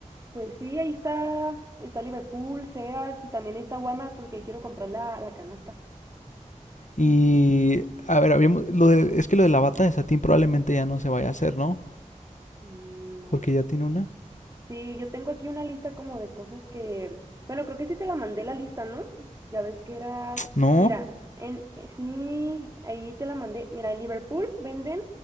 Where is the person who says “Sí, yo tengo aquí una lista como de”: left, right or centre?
Right